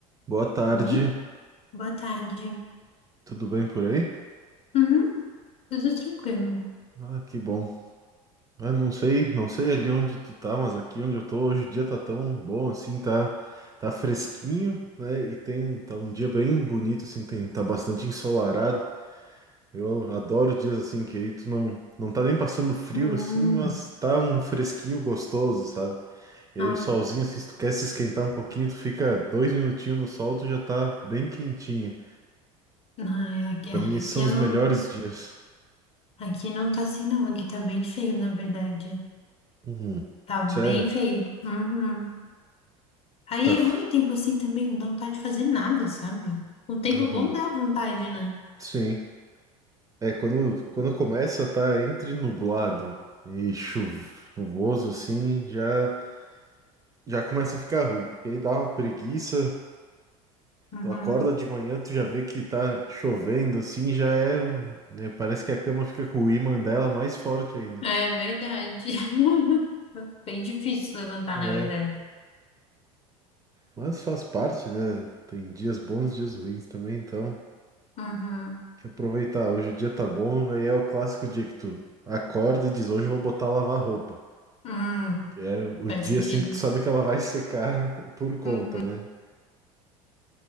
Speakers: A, on the right (about 20°); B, on the left (about 30°).
A: Boa tarde,
B: Oi, boa tarde.
A: tudo bem por aí?
B: Uhum, tudo tranquilo.
A: Ah, que bom. Ah, não sei, não sei ali onde tu tá, mas aqui onde eu tô hoje o dia tá tão bom assim, tá, tá fresquinho, né? E tem tá um dia bem bonito assim, tem tá bastante ensolarado. Eu adoro dias assim que aí tu não não tá nem passando frio
B: Hum,
A: assim, mas tá um fresquinho gostoso, sabe? E
B: ah,
A: aí o solzinho assim, se tu quer se esquentar um pouquinho, tu fica dois minutinhos no sol, tu já tá bem quentinho.
B: não, é, aqui,
A: Pra mim esses
B: aqui,
A: são
B: eu
A: os
B: não,
A: melhores dias.
B: aqui não tá assim não, aqui tá bem feio, na verdade.
A: Uhum.
B: Tá bem
A: Sério?
B: feio. Uhum. Aí
A: Tá. f-
B: é ruim tempo assim também, não dá vontade de fazer nada, sabe? Um tempo
A: Uhum.
B: bom dá vontade, né?
A: Sim. É, quando, quando começa, tá entre nublado e chu- chuvoso, assim, já, já começa a ficar ruim, porque aí dá uma preguiça.
B: Uhum.
A: Tu acorda de manhã, tu já vê que tá chovendo, assim, já é, um- é, Parece que a cama fica com o ímã dela mais forte ainda.
B: É verdade. <laughs> Bem difícil levantar,
A: É,
B: na verdade.
A: mas faz parte, né? Tem dias bons, dias ruins também, então.
B: Uhum.
A: Tem que aproveitar. Hoje o dia tá bom, aí é o clássico dia que tu acorda e diz, hoje eu vou botar a lavar roupa.
B: Hum,
A: É o
B: faz
A: dia
B: sentido.
A: assim que tu sabe que ela vai secar <laughs> por conta,
B: Uhum.
A: né?